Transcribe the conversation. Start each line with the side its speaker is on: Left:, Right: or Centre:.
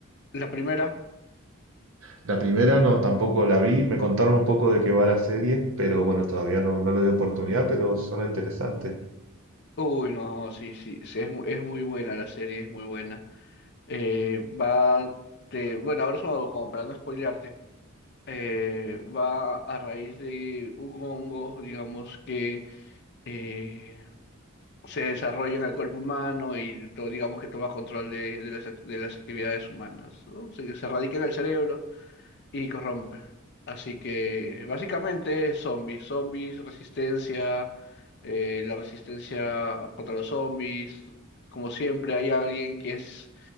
Left: ¿La primera?
Right: La primera no, tampoco la vi. Me contaron un poco de qué va la serie, pero bueno, todavía no, no le di oportunidad, pero suena interesante.
Left: Uy, no, sí, sí, sí, es, mu- es muy buena la serie, es muy buena. Eh, va... De, bueno, ahora modo, como para no spoilearte. eh, va a raíz de un hongo, digamos, que... eh, se desarrolla en el cuerpo humano y todo, digamos que toma control de, de las, act- de las actividades humanas, ¿no? Se, se radica en el cerebro y corrompe. Así que básicamente zombies, zombies, resistencia, eh, la resistencia contra los zombies. Como siempre hay alguien que es,